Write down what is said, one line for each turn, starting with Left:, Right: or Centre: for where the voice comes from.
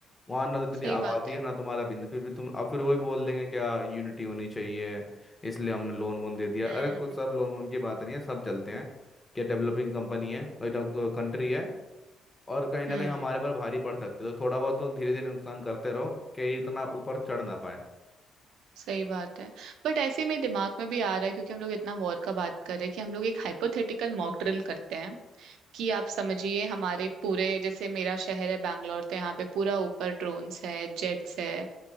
Left: वहां ना तो इतनी
Right: सही
Left: आबादी
Right: बात है
Left: है ना तुम्हारा बिजनेस फिर भी तुम अब फिर वही बोल देंगे क्या यूनिटी होनी चाहिए इसलिए हमने लोन वोन दे दिया
Right: हम्म
Left: अरे कुछ सब लोन वोन की बात नहीं है सब चलते हैं क्या डेवलपिंग कंपनी है और कंट्री है और कहीं ना
Right: हम्म
Left: कहीं हमारे पर भारी पड़ सकते हैं तो थोड़ा बहुत तो धीरे धीरे नुकसान करते रहो कि ये इतना ऊपर चढ़ ना पाए
Right: सही बात है बट ऐसे में दिमाग में भी आ रहा है क्योंकि हम लोग इतना वॉर का बात कर रहे हैं कि हम लोग एक हाइपोथेटिकल मॉक ड्रिल करते हैं कि आप समझिए हमारे पूरे जैसे मेरा शहर है बैंगलोर तो यहाँ पे पूरा ऊपर ड्रोन्स है जेट्स है